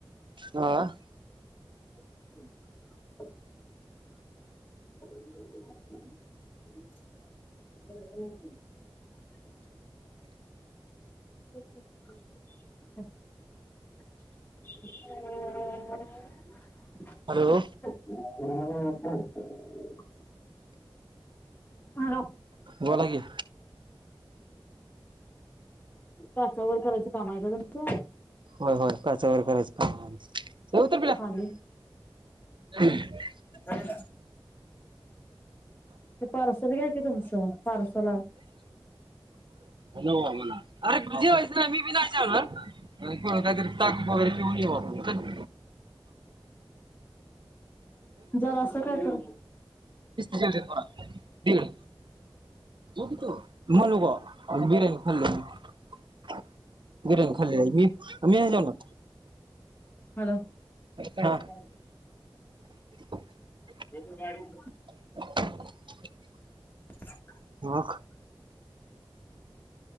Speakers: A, on the right (about 60°); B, on the left (about 20°).
A: हां.
B: हम् <inaudible> <inaudible> <inaudible>
A: हॅलो.
B: <unintelligible> हॅलो.
A: बोला की.
B: टाचा वर करायचं काम आहे का तुमचं?
A: होय होय काचावर करायचं काम आहे आमचं. ऊतर पिल्या.
B: खाली
A: <unintelligible>
B: ते ते पार्सल घ्या की तुमचं पार्सल आलं.
A: अरे जेवायचं ना मी बी नाय जेवला पुढ काहीतरी ताक वगैरे पिऊन येऊ आपण
B: जरा असं काय कर
A: चल <unintelligible> ठिक हे. म्हनुन मला नको आम्ही बिर्याणी खाल्ली म्हणून. बिर्याणी खाल्ली मी मी नाही जेवणार.
B: हॅलो.
A: हा
B: <inaudible>
A: <inaudible>
B: एका गाडीत बस.
A: <inaudible>
B: ह <inaudible>
A: ओळख.